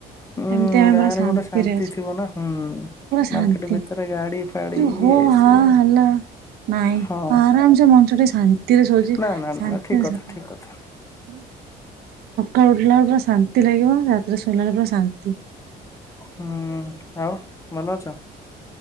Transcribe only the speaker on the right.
ଏମତି ଆମେ
ପୁରା ଶାନ୍ତିରେ
ଅଛୁ
ପୁରା ଶାନ୍ତି
ଯ ହୋ
ହ
ହେଲା ନାଇଁ
ଆରାମ ସେ ମଣିଷ ଟିକେ ଶାନ୍ତିରେ ଶଉଛି
ଶାନ୍ତିରେ
ହଁ। ସକାଳୁ ଉଠିଲା ବେଳକୁ ପୁରା ଶାନ୍ତି ଲାଗିବ ରାତିରେ ସୋଇିଲା ବେଳକୁ ପୁରା ଶାନ୍ତି।